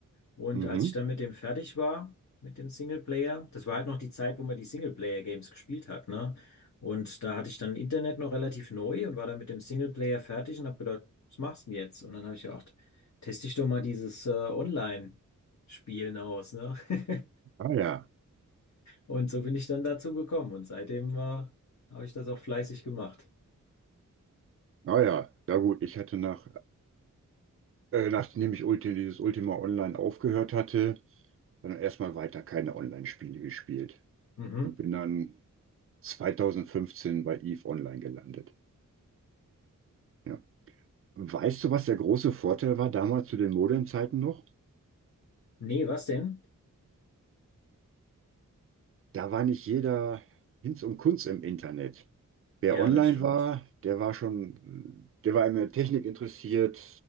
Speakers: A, on the left; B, on the right.
A: Und
B: Mhm.
A: als ich dann mit dem fertig war, mit dem Singleplayer, das war halt noch die Zeit, wo man die Singleplayer-Games gespielt hat, ne? Und da hatte ich dann Internet noch relativ neu und war dann mit dem Singleplayer fertig und habe gedacht, was machst du denn jetzt? Und dann habe ich gedacht, teste ich doch mal dieses äh, Online-Spielen aus, ne? <laughs>
B: Ah ja,
A: Und so bin ich dann dazu gekommen und seitdem äh, habe ich das auch fleißig gemacht.
B: ah ja, ja gut, ich hatte nach, Äh, nachdem ich Ulti, dieses Ultima Online aufgehört hatte, dann erstmal weiter keine Online-Spiele gespielt
A: Mhm.
B: und bin dann 2015 bei EVE Online gelandet. Ja. Weißt du, was der große Vorteil war damals zu den Modemzeiten noch?
A: Nee, was denn?
B: Da war nicht jeder Hinz und Kunz im Internet. Wer
A: Ja,
B: online
A: das stimmt.
B: war, der war schon, der war immer Technik interessiert,